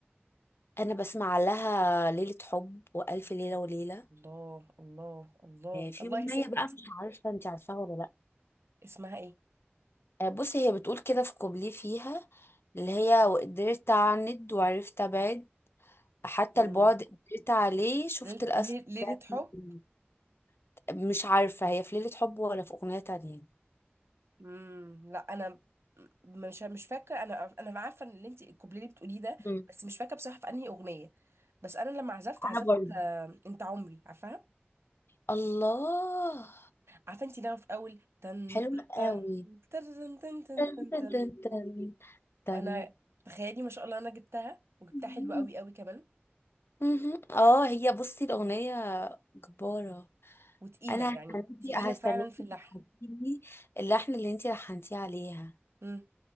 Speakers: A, on the left (about 70°); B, on the right (about 85°).
A: انا بسمع لها ليلة حب والف ليلة وليلة
B: الله الله الله
A: آه، في
B: الله
A: اغنية
B: يا ست
A: بقى مش عارفة انت عارفاها ولا لا
B: اسمها ايه
A: آه، بصي هي بتقول كده في كوبليه فيها اللي هي وقدرت اعند وعرفت ابعد حتى
B: امم
A: البعد قدرت عليه شفت
B: ليل-
A: الاسد
B: ليل- ليله
A: ده
B: حب
A: في الإيد. مش عارفة هي في ليلة حب ولا في اغنية تانية
B: امم لا انا م- مش مش فاكره انا انا عارفه ان اللي انت الكوبليه اللي بتقوليه ده
A: مم.
B: بس مش فاكره بصراحه في انهي اغنيه بس انا لما عزفت عزفت
A: انا برضه
B: آه، انت عمري عارفاها
A: الله
B: عارفه انت لما في اول تن
A: حلوة
B: تن تن
A: قوي
B: تن تن
A: تن
B: تن
A: تن
B: تن
A: تن تن
B: انا تخيلي ما شاء الله انا جبتها وجبتها
A: تن.
B: حلوه قوي قوي كمان
A: مهم. اه هي بصي الأغنية جبارة
B: وتقيله
A: أنا
B: يعني
A: هستناكي
B: تقيله
A: هستناكي
B: فعلا في اللحن
A: تبعتيلي اللحن اللي انتي لحنتيه عليها
B: مم.